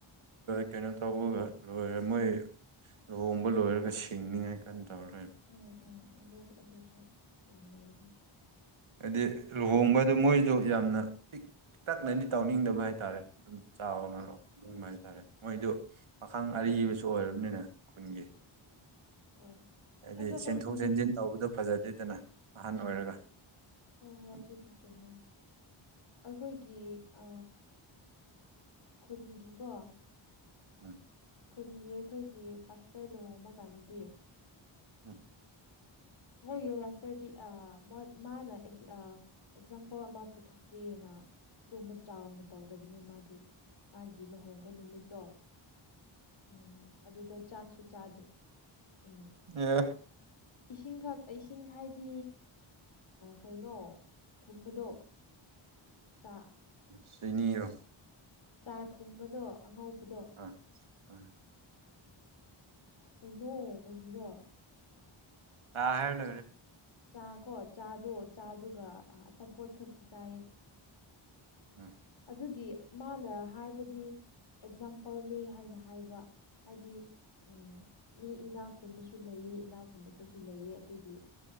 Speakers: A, on the right (about 70°); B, on the left (about 65°).
A: ꯀꯩꯅꯣ ꯇꯧꯕ ꯂꯣꯏꯔꯦ ꯃꯣꯏ ꯂꯨꯍꯣꯡꯕ ꯂꯣꯏꯔꯒ ꯁꯤꯡꯅꯤꯡꯉꯥꯏ ꯀꯟꯅ ꯇꯧꯔ ꯂꯩꯣꯏꯕ
B: ꯎꯝ ꯎꯝ ꯑꯗꯨ ꯑꯗꯨꯁꯨ ꯌꯥꯝꯅꯩ ꯑꯗꯨꯝ
A: ꯍꯥꯏꯗꯤ ꯂꯨꯍꯣꯡꯕꯗꯣ ꯃꯣꯏꯁꯨ ꯌꯥꯝꯅ ꯄꯤꯛꯇꯛꯅꯗꯤ ꯇꯥꯎꯅꯤꯡꯗꯕ ꯍꯥꯏꯇꯥꯔꯦ ꯑꯗꯨꯝ ꯆꯥꯎꯅ
B: ꯎꯝ
A: ꯂꯣ ꯍꯪꯕ ꯍꯥꯏꯇꯥꯔꯦ ꯃꯣꯏꯗꯨ ꯄꯥꯈꯪ ꯑꯔꯤꯕꯁꯨ ꯑꯣꯏꯔꯕꯅꯤꯅꯦ ꯈꯨꯟꯒꯤ
B: ꯍꯣꯏ
A: ꯍꯥꯏꯗꯤ
B: ꯑꯁ ꯑꯩꯈꯣꯏꯒꯤ
A: ꯆꯦꯟꯊꯣꯛ ꯆꯦꯟꯁꯤꯟ ꯇꯧꯕꯗꯣ ꯐꯖꯗꯦꯗꯅ ꯑꯍꯟ ꯑꯣꯏꯔꯒ
B: ꯍꯣꯏ ꯍꯣꯏ ꯍꯣꯏ
A: ꯎꯝ
B: ꯑꯗꯨꯗꯤ ꯆꯨꯝꯃꯦ ꯑꯩꯈꯣꯏꯒꯤ ꯑ ꯈꯨꯟꯒꯤꯀꯣ
A: ꯎꯝ
B: ꯈꯨꯟꯒꯤ ꯑꯩꯈꯣꯏꯒꯤ ꯄꯥꯁꯇꯔ ꯂꯨꯍꯣꯡꯕ ꯀꯥꯟꯗꯗꯤ
A: ꯎꯝ
B: ꯍꯌꯦꯕꯁ ꯏꯁꯇꯔꯗꯤ ꯑ ꯃꯥꯅ ꯑꯦꯛꯖꯥꯝꯄꯜ ꯑꯃ ꯄꯨꯊꯣꯛꯀꯦꯅ ꯑꯗꯨꯒꯨꯝꯕ ꯆꯥꯎꯅ ꯇꯧꯗꯕꯅꯤ ꯃꯥꯗꯤ ꯃꯥꯒꯤ ꯂꯨꯍꯣꯡꯕ ꯅꯨꯃꯤꯠꯇꯣ ꯎꯝ ꯑꯗꯨꯗ ꯆꯥꯛꯁꯨ ꯆꯥꯗꯦ ꯎꯝ
A: ꯌꯦ
B: ꯏꯁꯤꯡꯈꯛ ꯏꯁꯤꯡ ꯍꯥꯏꯗꯤ ꯀꯩꯅꯣ ꯊꯨꯝꯕꯗꯣ ꯆꯥꯛ
A: ꯁꯤꯅꯤꯔꯣ
B: ꯆꯥ ꯊꯨꯝꯕꯗꯣ ꯑꯉꯧꯕꯗꯣ
A: ꯎꯝ ꯎꯝ
B: ꯀꯩꯅꯣ ꯀꯔꯤꯔꯣ
A: ꯇꯥ ꯍꯥꯏꯦꯟ
B: ꯆꯥꯀꯣ ꯆꯥꯗꯣ ꯆꯥꯗꯨꯒ ꯑꯆꯥꯄꯣꯠ ꯈꯛꯇꯤ ꯆꯥꯏꯌꯦ
A: ꯎꯝ
B: ꯑꯗꯨꯒꯤ ꯃꯥꯅ ꯍꯥꯏꯕꯗꯤ ꯑꯦꯛꯖꯥꯝꯄꯜꯅꯤ ꯍꯥꯏꯅ ꯍꯥꯏꯕ ꯍꯥꯏꯗꯤ ꯎꯝ ꯃꯤ ꯏꯅꯥ ꯈꯨꯣꯟꯕꯁꯨ ꯂꯩꯑ ꯏꯅꯥ ꯈꯨꯨꯟꯗꯕꯁꯨ ꯂꯩꯑ ꯑꯗꯨꯒꯤ